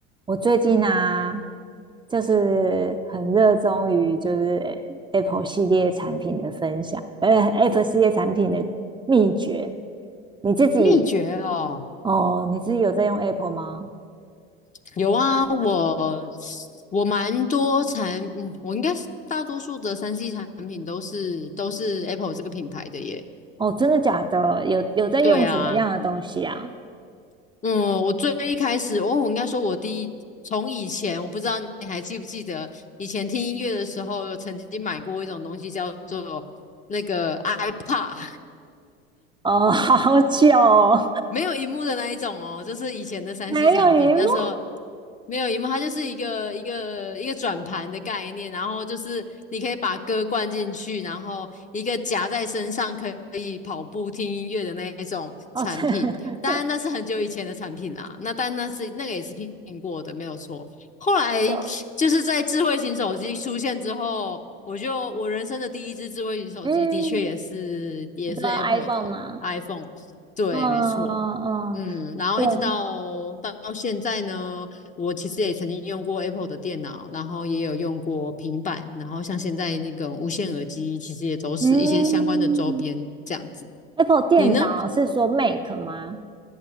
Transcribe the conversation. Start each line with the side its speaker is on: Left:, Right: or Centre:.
Right: 我最近啊，就是很热衷于就是 Apple 系列产品的分享，呃，Apple 系列产品的秘诀。你自己
Left: 秘诀哦，
Right: 哦，你自己有在用 Apple 吗？
Left: 有啊，我我蛮多产，嗯，我应该是大多数的三 C 产品都是都是 Apple 这个品牌的耶。
Right: 哦，真的假的？有有在用什么样的东西啊？
Left: 对啊，嗯，我最一开始，哦，我应该说我第一，从以前我不知道你还记不记得，以前听音乐的时候，有曾经买过一种东西叫做那个 i p a d
Right: 哦，<laughs> 好久哦
Left: 没有荧幕的那一种哦，就是以前的三
Right: <laughs> 没有荧幕
Left: C 产品，那时候没有荧幕，它就是一个一个一个转盘的概念，然后就是你可以把歌灌进去，然后一个夹在身上可以跑步听音乐的那一种产品。
Right: 哦，这 <laughs> 好
Left: 当然那是很久以前的产品啦，那但那是那个也是苹果的，没有错。后来就是在智慧型手机出现之后，
Right: 久。
Left: 我就我人生的第一只智慧型手机，
Right: <laughs> 嗯，
Left: 的确也是也是
Right: 你知道
Left: Apple
Right: iPhone
Left: 的
Right: 吗？
Left: iPhone，对，
Right: 嗯嗯，
Left: 没错，嗯，然后一直到到到现在呢，
Right: 对，嗯。
Left: 我其实也曾经用过 Apple 的电脑，然后也有用过平板，然后像现在那个无线耳机，其实也都是一些相关的周边这样子。
Right: 嗯 Apple 电脑是说
Left: 你呢？
Right: Mac 吗？